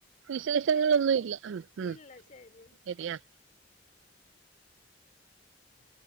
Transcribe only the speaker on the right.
വിശേഷങ്ങളൊന്നും
ഇല്ല ഉം ഉം
ശരിയാ